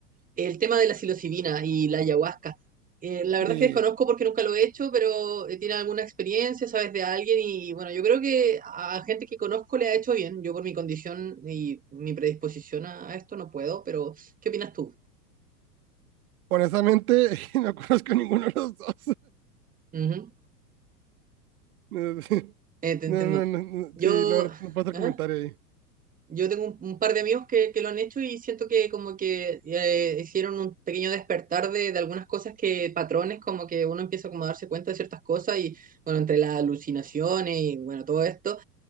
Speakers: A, on the right (about 15°); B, on the right (about 60°).
A: el tema de la psilocibina y la ayahuasca. Eh, la verdad
B: eh,
A: es que desconozco porque nunca lo he hecho, pero eh, tiene alguna experiencia, sabes de alguien y bueno, yo creo que a gente que conozco le ha hecho bien. Yo por mi condición y mi predisposición a, a esto no puedo, pero ¿qué opinas tú?
B: honestamente, <laughs> no conozco ninguno de los dos.
A: Ujú.
B: <laughs>
A: Eh, te entiendo.
B: No, no, no, no,
A: Yo...
B: sí, no, no puedo hacer
A: ajá.
B: comentario ahí.
A: Yo tengo un, un par de amigos que, que lo han hecho y siento que como que eh, hicieron un pequeño despertar de, de algunas cosas que, patrones, como que uno empieza como a darse cuenta de ciertas cosas y bueno, entre las alucinaciones y bueno, todo esto,